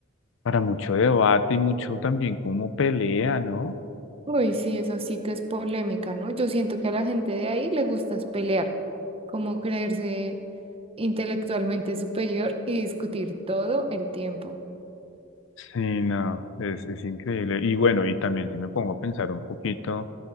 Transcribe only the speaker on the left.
para mucho debate y mucho también como pelea, ¿no?
Sí, no, es, es increíble. Y bueno, y también si me pongo a pensar un poquito